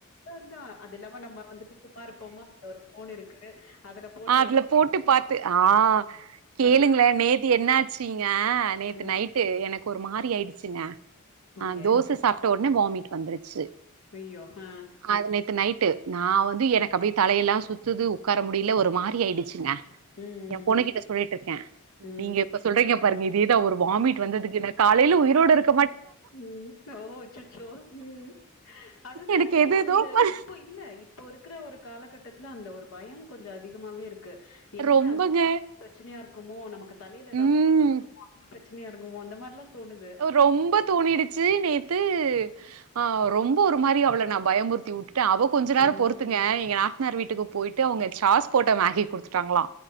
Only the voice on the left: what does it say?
அ தான் அது இல்லாம நம்ம வந்துட்டு சும்மா இருப்போமா அந்த ஒரு போன் இருக்கு அதுல போட்டு
அதனா
ம்
ஓகே.
ஐயியோ ஆ
ம்,
ம், ம்.
ம் ஓ அச்சச்சோ ம் அதுதான்
ஏன்
அந்த
இப்போ இல்ல இ இப்போ இருக்கிற ஒரு காலகட்டத்துல அந்த ஒரு பயம் கொஞ்சம் அதிகமாவே இருக்கு என்ன
பிரச்சனையா இருக்குமோ நமக்கு தலையில ஏதாவ
பிரச்சனையா இருக்குமோ அந்த பிரச்சனையா இருக்குமோ அந்த மாரில்லாம் தோணுது
ம்.